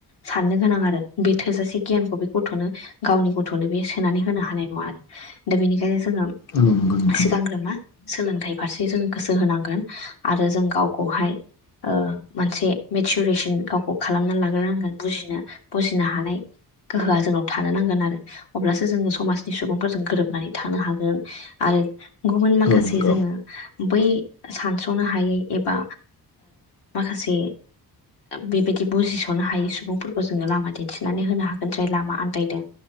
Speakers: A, on the left (about 80°); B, on the left (about 55°).
A: साननो गोनां आरो बे थोजासे गियानखौ बे गथ'नो गावनि गथ'नो बे सोनानै होनो हानाय नङा आरो दा बेनिखायनो जोङो
B: औ नंगौ नोंथां
A: सिगांग्रोमा सोलोंथाइ फारसे जों गोसो होनांगोन आरो जों गावखौहाय मोनसे मेचुरेसन गाव खालामनानै लाग्रांगोन बुजिनो बुजिनो हानाय गोहोआ जोंनाव थानो नांगोन आरो अब्लासो जोङो समाजनि सुबुंफोरजों गोरोब नानै थानो हागोन आरो गुबुन माखासे
B: औ नंगौ
A: जोङो बै सानस्र'नो हायै एबा माखासे बेबायदि बुजिस'नो हायि सुबुंफोरखौ जोङो लामा दिन्थिनानै होनो हागोन जाय लामा आन्दायदों।